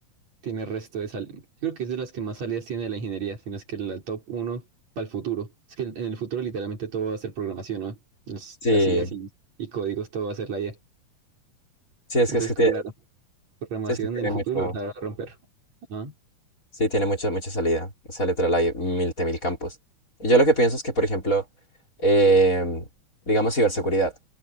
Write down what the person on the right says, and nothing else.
tiene resto de salidas. Yo creo que es de las que más salidas tiene de la ingeniería, sino es que la top uno para el futuro. Es que en el futuro literalmente todo va a ser programación, ¿no? Las,
las IAs y, y códigos, todo va a ser la IA.
Entonces,
como, claro, programación
en el futuro
la va a romper. Ajá,